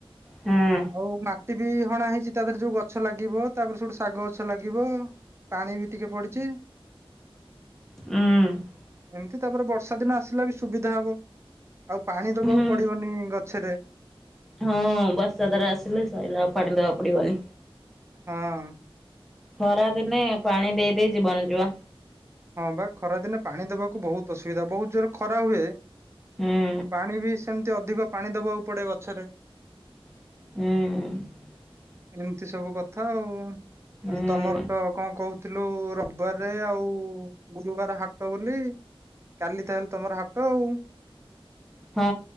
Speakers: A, in the centre; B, on the right.
A: ହୁଁ
B: ଆଉ ମାଟି ସେଠି ହଣା ହେଇଛି ତା ପରେ ଯୋଉ ଗଛ ଲାଗିବ ତାପରେ ସେଇଠୁ ଶାଗ ଗଛ ଲାଗିବ। ପାଣି ବି ଟିକେ ପଡିଚି।
A: ଉଁ।
B: ଏମିତି ତାପରେ ବର୍ଷା ଦିନ ଆସିଲା ବି ସୁବିଧା ହବ ଆଉ ପାଣି ଦବାକୁ
A: ହୁଁ।
B: ପଡିବନି ଗ ଛେ ରେ।
A: ହଁ ବର୍ଷା ଧାର ଆସିଲେ ସଇଲା ଆଉ ପାଣି ଦବାକୁ ପଡିବନି।
B: ହଁ।
A: ଖରା ଦିନେ ପାଣି ଦେଇ ଦେଇେ ଜୀବନ ଯିବ।
B: ହଁ ବା ଖରା ଦିନେ ପାଣି ଦବାକୁ ବହୁତ ଅସୁବିଧା ବହୁତ ଜୋର ଖରା ହୁଏ।
A: ହୁଁ
B: ପାଣି ବି ସେମିତି ଅଧିକ ପାଣି ଦବାକୁ ପଡେ ଗଛରେ।
A: ହୁଁ।
B: ଏମିତି ସବୁ କଥା ଆଉ
A: ହୁଁ
B: ଆଉ ତମର ତ କଣ କହୁ ଥିଲୁ ରବିବାରରେ ଆଉ ଗୁରୁବାର ହାଟ ବୋଲି। କାଲି ତାହେଲେ ତମର ହାଟ ଆଉ।
A: ହଁ